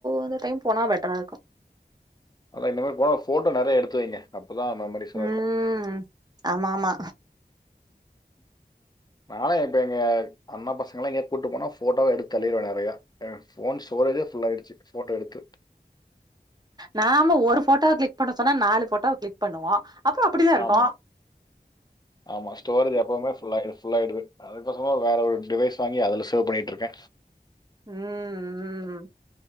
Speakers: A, on the right; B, on the left.
A: இந்த டைம் போனா பெட்டரா இருக்கு
B: அதா இனிமேல் போன போட்டோ நிறைய எடுத்து வைங்க அப்போதா மெமரிஸ்சா இருக்கு
A: ம் ஆமா ஆமா
B: நாளா இப்ப எங்க அண்ணா பசங்க எல்லா எங்கையா கூட்டு போனா போட்டாவா எடுத்து தள்ளிடுவே நிறைய போன் ஸ்டோரேஜே ஃபுல்லயிடுச்சு போட்டோ எடுத்து
A: நாம ஒரு போட்டோ கிளிக் பண்ண சொன்னா நாலு போட்டோவ கிளிக் பண்ணுவோ அப்றோ அப்டிதா இருக்கு
B: ஆமா ஆமா ஸ்டோரேஜ் எப்பவுமே ஃபுல் ஃபுல் ஆயிடுது அதுக்கு பேசாம வேற ஒரு டிவைஸ் வாங்கி அதுல சேவ் பண்ணிட்டு இருக்க
A: உம் உம்